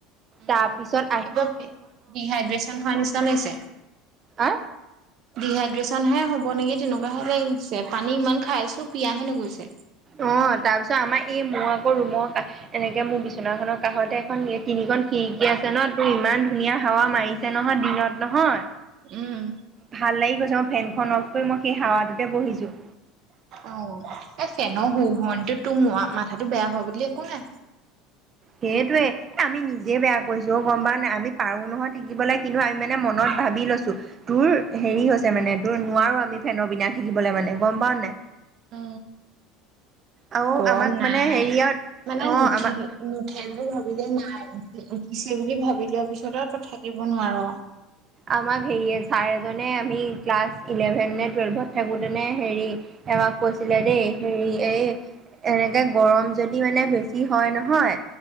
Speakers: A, on the right; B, on the right.
A: উম
B: তাৰ পিছত
A: কিবা ডিহাইড্ৰেচন হোৱা নিচিনা লাগিছে।
B: আ
A: ডিহাইড্ৰেছন হে হ'ব নেকি তেনেকুৱা হে লাগিছে পানী ইমান খাইছো পিয়াহে নুগুছে।
B: অ তাৰ পিছত আমাৰ এই মোৰ আকৌ ৰুমৰ কাষ এনেকে মোক বিচনাখনৰ কাষতে এখন এ তিনি‌ এখন খিৰিকী আছে ন তোৰ ইমান ধুনীয়া হাৱা মাৰিছে নহয় দিনত নহয়
A: উম
B: ভাল লাগি গৈছে মই ফেনখন অফ কৰি মই সেই হোৱাটোতে বহিছো।
A: অ এই ফেন সো ভনিতটো তোৰ ম মাথাটো বেয়া হ বুলি একো নাই
B: সেইটোৱে। আমি নিজে বেয়া কৰিছো গম পা নাই। আমি পাৰো নহয় থাকিবলৈ কিন্তু আমি মানে মনত ভাল ভাবি লৈছো তোৰ হেৰি হৈছে মানে তোৰ নোৱাৰো আমি ফেনৰ বিনা থাকিবলৈ মানে গম পাও নাই।
A: অ
B: আৰু
A: গৰম
B: আমাক
A: নাই
B: মানে হেৰিয়ত
A: মানে
B: অ',
A: নুঠিল
B: আমাক
A: নুঠ ভাবিলে নাই উঠি উঠিছে বুলি ভাবি লোৱা পিছত ত থাকিব নোৱাৰ
B: আমাক হেৰিয়ে চাৰ এজনে আমি ক্লাছ ইলেভেন নে টুৱেলভত থাকোঁতেনে হেৰি আমাক কৈছিলে দেই হেৰি এই এনেকে গৰম যদি মানে বেছি হয় নহয়।